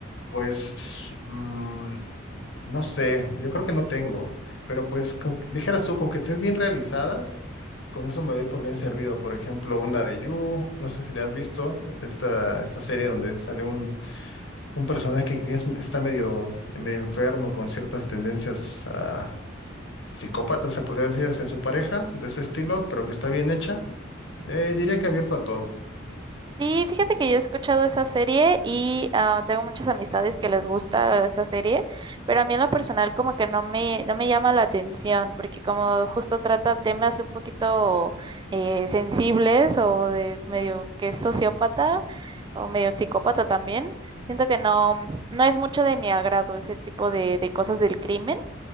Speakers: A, on the left; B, on the right.
A: pues... mm, no sé, yo creo que no tengo, pero pues con- dijeras tú, con que estés bien realizadas, con eso me doy por bien servido. Por ejemplo, una de You, no sé si le has visto, esta, esta serie donde sale un, un personaje que es- está medio, medio enfermo con ciertas tendencias ah, psicópatas, se podría decir, hacia su pareja, de ese estilo, pero que está bien hecha. Eh, diría que abierto a todo.
B: Sí, fíjate que yo he escuchado esa serie y ah, tengo muchas amistades que les gusta esa serie, pero a mí en lo personal como que no me, no me llama la atención, porque como justo trata temas un poquito eh, sensibles o de medio que es sociópata o medio psicópata también, siento que no, no es mucho de mi agrado ese tipo de, de cosas del crimen.